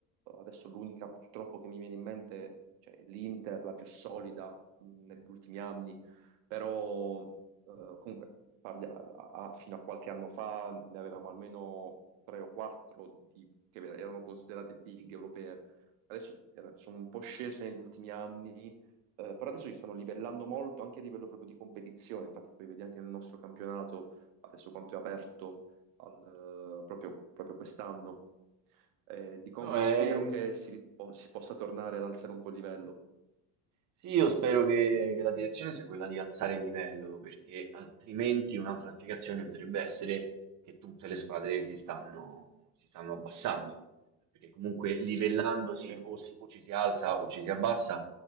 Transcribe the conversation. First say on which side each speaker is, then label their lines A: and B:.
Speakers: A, on the right (about 75°); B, on the right (about 45°).
A: adesso l'unica purtroppo che mi viene in mente, cioè l'Inter, la più solida mh, negli ultimi anni però eh, comunque parlia- a- a- fino a qualche anno fa ne avevamo almeno tre o quattro di- che erano considerate big europee. Adesso era- sono un po' scese negli ultimi anni, eh, però adesso si stanno livellando molto anche a livello proprio di competizione. Infatti poi vedi anche nel nostro campionato, adesso quanto è aperto al, eh, proprio, proprio quest'anno. Eh, di contro
B: No, è,
A: spero che si, ripo- si possa tornare ad alzare un po' il livello.
B: Sì, io spero che, che la direzione sia quella di alzare il livello, perché altrimenti un'altra spiegazione potrebbe essere che tutte le squadre si stanno, si stanno abbassando, perché comunque
A: Eh
B: livellandosi
A: sì, sì,
B: o, si- o ci si alza o ci si abbassa.